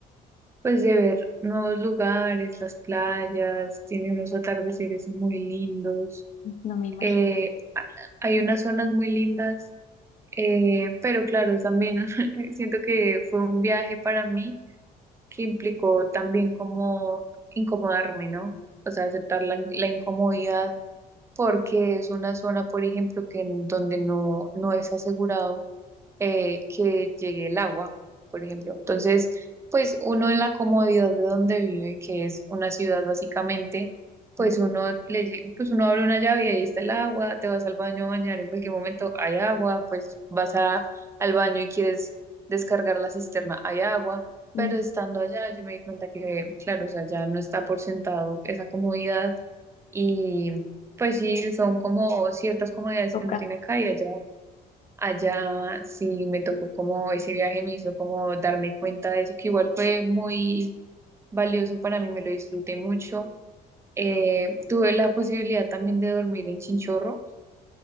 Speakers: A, on the right; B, on the left.
A: pues de ver nuevos lugares, las playas, tiene unos atardeceres muy lindos.
B: No me imagino
A: Eh, a- hay unas zonas muy lindas, eh, pero claro, también <laughs> siento que fue un viaje para mí que implicó también como incomodarme, ¿no? O sea, aceptar la, in- la incomodidad porque es una zona, por ejemplo, que en donde no, no es asegurado eh, que llegue el agua, por ejemplo. Entonces, pues uno en la comodidad de donde vive, que es una ciudad básicamente, pues
B: que la
A: uno le, lle- pues uno abre una llave y ahí está el agua, te vas al baño a bañar, en cualquier momento hay agua, pues vas a, al baño y quieres descargar la cisterna, hay agua.
B: Ujú.
A: Pero estando allá, yo me di cuenta que, claro, o sea, ya no está por sentado esa comodidad y pues sí, son como ciertas comodidades
B: toca.
A: que uno tiene acá y allá Allá sí me tocó como ese viaje me hizo como darme cuenta de eso, que igual fue muy valioso para mí, me lo disfruté mucho. Eh, tuve la posibilidad también de dormir en Chinchorro.